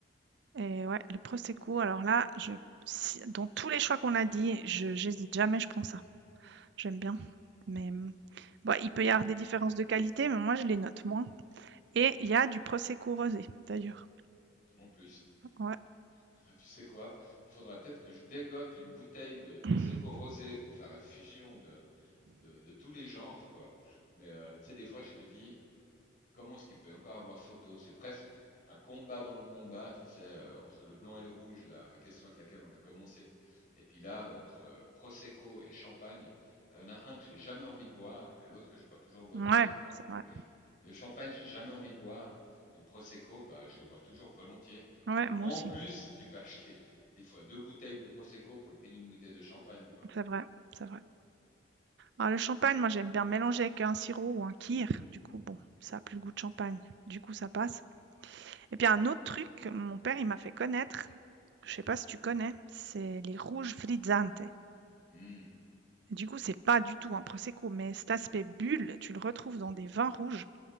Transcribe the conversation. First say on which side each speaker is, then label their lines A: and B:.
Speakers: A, on the right; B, on the left.
A: Et ouais, le prosecco, alors là, je, si- dans tous les choix qu'on a dit, je, j'hésite jamais, je prends ça. J'aime bien. Mais, bon, il peut y avoir des différences de qualité, mais moi je les note moins. Et il y a du prosecco rosé d'ailleurs.
B: Non plus.
A: Ouais.
B: Ah Bah, tu sais quoi? Il faudra peut-être que je dégote une bouteille de Prosecco
A: <laughs>
B: rosé pour faire la fusion de, de, de tous les genres, quoi. Mais euh, tu sais, des fois, je me dis, comment est-ce qu'il peut encore avoir photo C'est presque un combat dans le combat, tu sais, euh, entre le blanc et le rouge, la, la question avec laquelle on a commencé. Et puis là, entre euh, Prosecco et Champagne, il y en a un que j'ai jamais envie de boire et l'autre que je bois toujours volontiers,
A: Ouais,
B: quoi.
A: c'est
B: Donc
A: vrai.
B: le, le Champagne, j'ai jamais envie de boire. Puis le Prosecco, bah, je le bois toujours volontiers.
A: Ouais,
B: Et
A: moi
B: en
A: aussi.
B: plus, tu peux acheter des fois deux bouteilles de Prosecco pour le prix d'une bouteille de champagne, quoi.
A: C'est vrai, c'est vrai. Alors le champagne, moi j'aime bien mélanger avec un sirop ou un kir. Du coup, bon, ça a plus le goût de champagne. Du coup, ça passe. Et puis un autre truc, mon père il m'a fait connaître. Je sais pas si tu connais, c'est les rouges frizzante.
B: Hmm.
A: Du coup, c'est pas du tout un prosecco, mais cet aspect bulle, tu le retrouves dans des vins rouges.